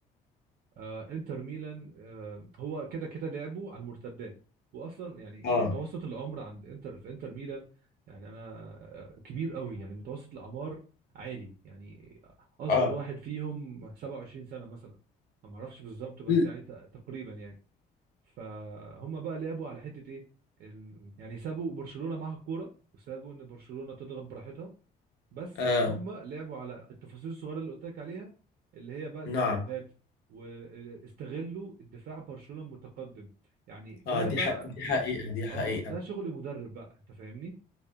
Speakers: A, on the right; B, on the left.
A: آه، انتر ميلان آه، هو كده كده لعبه على المرتدات واصلا يعني
B: اه
A: متوسط العمر عند انتر في انتر ميلان يعني انا آه، كبير قوي يعني متوسط الاعمار عالي يعني اصغر
B: اه
A: واحد فيهم 27 سنة مثلا أنا ما اعرفش بالظبط بس
B: ل-
A: يعني ت- تقريبا يعني فهم بقى لعبوا على حتة ايه ال- يعني سابوا برشلونة معاها الكورة وسابوا ان برشلونة تضغط براحتها بس
B: اه
A: هم لعبوا على التفاصيل الصغيره اللي قلت لك عليها اللي هي بقى المرتدات
B: نعم
A: واستغلوا الدفاع برشلونه المتقدم يعني ده
B: اه دي
A: بقى
B: ح... دي حقيقة دي حقيقة
A: اه ده شغل مدرب بقى انت فاهمني